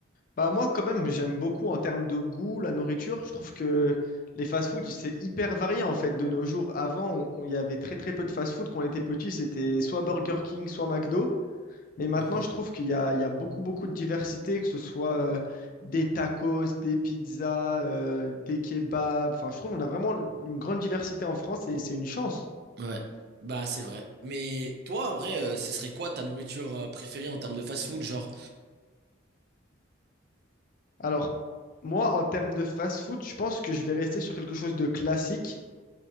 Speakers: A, on the left; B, on the right.
A: Bah moi, quand même, j'aime beaucoup en termes de goût, la nourriture. Je trouve que les fast-food, c'est hyper varié en fait de nos jours. Avant, on- on- il y avait très très peu de fast-food. Quand on était petit, c'était soit Burger King, soit McDo. Mais maintenant,
B: Mhm.
A: je trouve qu'il y a, il y a beaucoup beaucoup de diversité, que ce soit euh, des tacos, des pizzas, euh, des kebabs. Enfin, je trouve qu'on a vraiment une grande diversité en France et c'est une chance.
B: Ouais, bah c'est vrai. Mais toi, en vrai, euh, ce serait quoi ta nourriture euh, préférée en termes de fast-food, genre?
A: Alors, moi, en termes de fast-food, je pense que je vais rester sur quelque chose de classique.